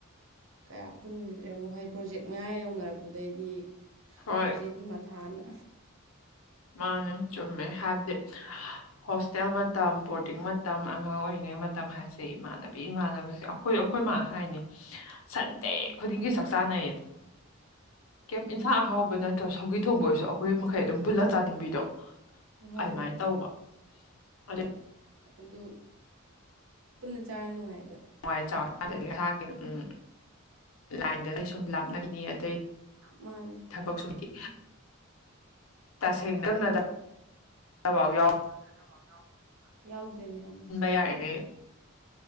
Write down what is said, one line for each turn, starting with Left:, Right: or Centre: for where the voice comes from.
Right: ꯀꯌꯥ ꯄꯨꯟꯈꯤꯗ꯭ꯔꯦ ꯑꯃꯨꯛ ꯍꯣꯏ ꯄ꯭ꯔꯣꯖꯦꯛ ꯃꯌꯥ ꯌꯧꯅꯔꯛꯄꯗꯩꯗꯤ
Left: ꯍꯣꯏ
Right: ꯄ꯭ꯔꯣꯖꯦꯛꯀꯤ ꯃꯊꯥꯅ
Left: ꯃꯥꯅꯦ ꯆꯨꯝꯃꯦ ꯍꯥꯏꯕꯗꯤ ꯍꯣꯁꯇꯦꯜ ꯃꯇꯝ ꯕꯣꯔꯗꯤꯡ ꯃꯇꯝ ꯑꯉꯥꯡ ꯑꯣꯏꯔꯤꯉꯩ ꯃꯇꯝ ꯍꯥꯏꯁꯦ ꯏꯃꯥꯟꯅꯕꯤ ꯏꯃꯥꯟꯅꯕꯁꯦ ꯈꯣꯏ ꯑꯩꯈꯣꯏ ꯃꯥ ꯍꯥꯏꯅꯤ ꯁꯟꯗꯦ
Right: ꯎꯝ
Left: ꯈꯨꯗꯤꯡꯒꯤ ꯆꯥꯛ ꯆꯥꯅꯩꯌꯦꯗ ꯀꯩꯝ ꯏꯟꯁꯥꯡ ꯑꯍꯥꯎꯕꯅ ꯇ꯭ꯔ ꯁꯧꯒꯔꯤ ꯊꯣꯡꯕ ꯑꯣꯏꯔꯁꯨ ꯑꯩꯈꯣꯏ ꯃꯈꯩ ꯑꯗꯨꯝ ꯄꯨꯜꯂ ꯆꯥꯅꯤꯡꯕꯤꯗꯣ
Right: ꯍꯣꯏ
Left: ꯑꯗꯨꯃꯥꯏꯅ
Right: ꯍꯣꯏ
Left: ꯇꯧꯕ ꯑꯗꯨ
Right: ꯑꯗꯨ ꯄꯨꯟꯅ ꯆꯥꯔ ꯅꯨꯏꯉꯥꯏꯗ
Left: ꯍꯌꯦꯡꯋꯥꯏ ꯆꯥꯎꯔ <unintelligible> ꯎꯝ ꯂꯥꯏꯟꯗꯗꯤ ꯁꯨꯝ ꯂꯥꯞꯅꯈꯤꯅꯤ ꯑꯗꯩ
Right: ꯃꯥꯟꯅꯦ
Left: ꯊꯕꯛꯁꯨ ꯑꯩꯗꯤ ꯇꯁꯦꯡ ꯗꯪꯅ <unintelligible> ꯌꯥꯎ
Right: <unintelligible> ꯌꯥꯎꯗꯣꯏꯅꯦ ꯌꯥꯎꯗꯦ
Left: <unintelligible>